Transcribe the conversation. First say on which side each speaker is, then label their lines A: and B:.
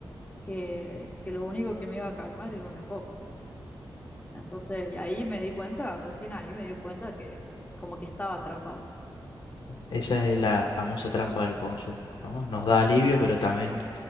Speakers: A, on the left; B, on the left.
A: que, que lo único que me iba a calmar era una copa. Entonces, y ahí me di cuenta, recién ahí me di cuenta que como que estaba atrapada.
B: Esa es la famosa trampa del consumo, ¿no? Nos da alivio, pero también